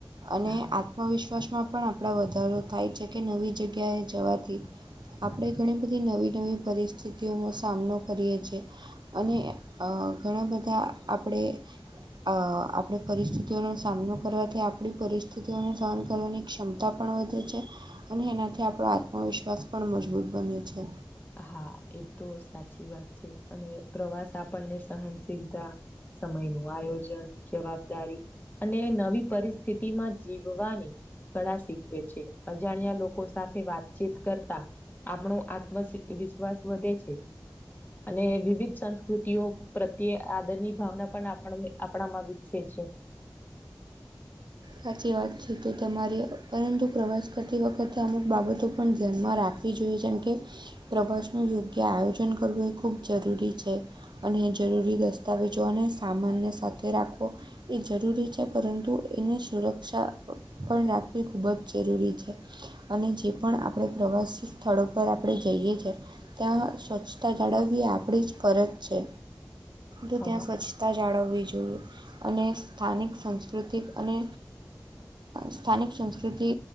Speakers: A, on the right (about 70°); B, on the left (about 25°).
A: અને
B: હા.
A: આત્મવિશ્વાસમાં પણ આપણા વધારો થાય છે કે નવી જગ્યાએ જવાથી. આપણે ઘણી બધી નવી નવી પરિસ્થિતિઓનો સામનો કરીએ છીએ. અને ઘણા બધા આપણે. અ આપણે પરિસ્થિતિઓનો સામનો કરવાથી આપણી પરિસ્થિતિઓને સહન કરવાની ક્ષમ. તા પણ વધે છે અને એનાથી આપણો આત્મવિશ્વાસ પણ મજબૂત બને છે
B: હા એ તો સાચી વાત છે અને પ્રવાસ આપણને સહનશીલતા સમય નું આયોજન જવાબદારી અને નવી પરિસ્થિતિમાં જીવવાની કળા શીખવે છે અજાણ્યા લોકો સાથે વાતચીત કરતા આપણો વિશ્વાસ વધે છે અને વિવિધ સંસ્કૃતિઓ પ્રત્યે આદર ની ભાવના પણ આપણામાં વિકસે છે
A: સાચી વાત છે તો તમારી પરંતુ પ્રવાસ કરતી વખતે અમુક બાબતો પણ ધ્યાનમાં રાખો જોઈએ જેમ કે પ્રવાસનું યોગ્ય આયોજન કરવું એ ખૂબ જરૂરી છે અને જરૂરી દસ્તાવેજો અને સામાનને સાથે રાખો એ જરૂરી છે પરંતુ એને સુરક્ષા પણ રાખવી ખૂબ જ જરૂરી છે અને જે પણ આપણે પ્રવાસી સ્થળો પર આપણે જઈએ છી ત્યાં સ્વચ્છતા જાળવવી આપણી જ ફરજ છે તો
B: હા
A: ત્યાં સ્વચ્છતા જાળવવી જોઈએ અને સ્થાનિક સાંસ્કૃતિક અને સ્થાનિક સંસ્કૃતિ